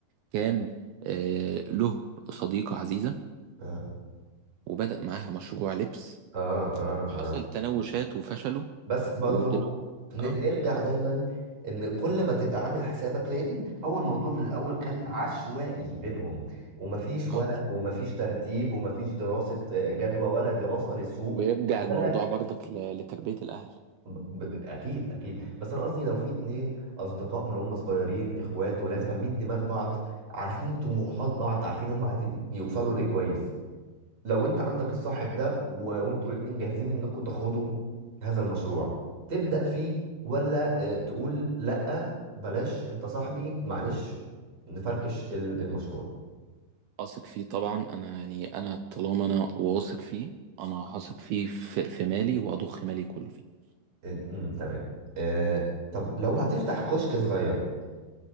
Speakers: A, on the right (about 80°); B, on the right (about 20°).
A: كان آه، له صديقه عزيزه
B: اه
A: وبدأ معاها مشروع لبس
B: اه اه اه
A: حصل تناوشات وفشلوا
B: بس برضو
A: ودلوقتي
B: ن-
A: اه
B: نرجع دايما ان كل ما تبقى عامل حسابك لان هو الموضوع من الاول كان عشوائي بينهم ومفيش ورق
A: اه
B: ومفيش ترتيب ومفيش دراسة آه، جدوى ولا دراسة للسوق
A: ويرجع
B: ولا
A: الموضوع برضك ل- لتربية الأهل
B: ب... ب... اكيد اكيد بس انا قصدي لو في اتنين اصدقاء من هم صغيرين اخوات ولاد فاهمين دماغ بعض عارفين طموحات بعض عارفين هم عايزين يوصلوا لايه كويس لو انت عندك الصاحب ده و... وانتوا الاتنين جاهزين انكم تاخدوا هذا المشروع تبدأ فيه ولا آه، تقول لا بلاش انت صاحبي معلش نفركش ال- المشروع
A: أثق فيه طبعا أنا يعني أنا طالما أنا واثق فيه أنا هثق فيه في, في مالي وأضخ مالي كله فيه
B: م- م- تمام آه، طب لو هتفتح كشك صغير